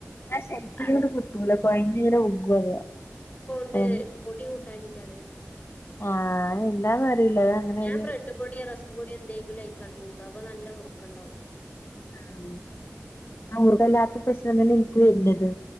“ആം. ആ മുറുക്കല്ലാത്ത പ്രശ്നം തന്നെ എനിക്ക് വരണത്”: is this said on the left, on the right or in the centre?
Left